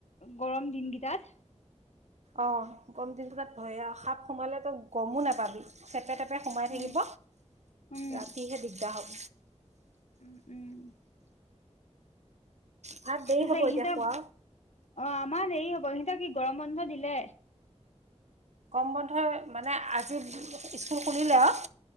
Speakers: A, on the left; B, on the right.
A: গৰম দিনকেইটাত।
B: অ, গম দিনটো তাতয় আৰু সাপ সোমালে তই গমো নাপাবি। টেপে, টেপে সোমাই
A: উম
B: থাকিব।
A: উম
B: ৰাতিহে দিগদাৰ হ'ব।
A: উম, উম।
B: ভাত দেৰি
A: তাৰিত
B: হ'ব
A: ইহঁত
B: এতিয়া খোৱা
A: অ, আমাৰ দেৰি হ'ব। ইহতক কি গৰম বন্ধ দিলে।
B: গৰম বন্ধই মানে আজি স্কুল খুলিলে আৰু।